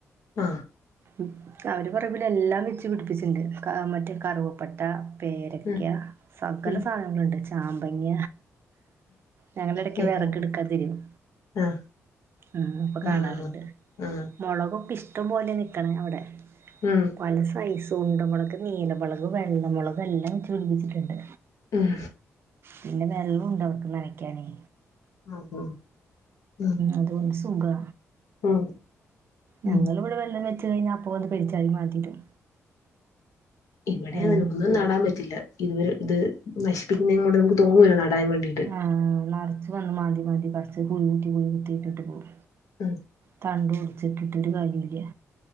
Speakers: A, on the left; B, on the right.
A: ആ
B: ഉം അവര് പറയുമ്പോലെ എല്ലാം വെച്ച് പിടിപ്പിച്ചിണ്ട് ക മറ്റേ കറുവപ്പട്ട പേരക്ക
A: ഉം
B: സകല
A: ഉം
B: സാധനങ്ങളുണ്ട് ചാമ്പങ്ങ ഞങ്ങള് എടക്ക്
A: ശരിയാണ്
B: വെറകെടുക്കാൻ തിരിയും
A: ആഹ്
B: ഉം അപ്പൊ കാണാറ്ണ്ട്
A: ആഹ് ആഹ്
B: മൊളകൊക്കെ ഇഷ്ടം പോലെ നിക്കണെ അവടെ
A: ഉം
B: പല സൈസ് ഉണ്ടമൊളക്, നീലമൊളക്, വെള്ളമൊളക് എല്ലാം വെച്ച് പിടിപ്പിച്ചിട്ട്ണ്ട്
A: ഉം
B: പിന്നെ വെള്ളുണ്ട് അവർക്ക് നനയ്ക്കാനെ
A: ആ ഹ ഹ ഉം
B: അത് കൊണ്ട് സുഖാ
A: ഉം
B: ഞങ്ങള്വടെ
A: ഉം
B: വല്ലതും വെച്ച് കഴിഞ്ഞാ അപ്പൊ വന്ന് പെരിച്ചായി മാന്തിടും
A: ഇവടെ
B: ഉം,
A: അതെന്നെ ഒന്നും നടാൻ പറ്റില്ല ഇത് വെരെ ത് നശിപ്പിക്കുന്നെങ്ങൊണ്ട് നമുക്ക് തോന്നൂല നടാൻ വേണ്ടി
B: ആ നർച്ച് വന്ന് മാന്തി മാന്തി പർച്ച് കുഴി കൂട്ടി കുഴി കൂട്ടിട്ട് പോവും
A: ഉം
B: തണ്ടൊടിച്ചിട്ടിട്ട് ഒരു കാര്യോല്ല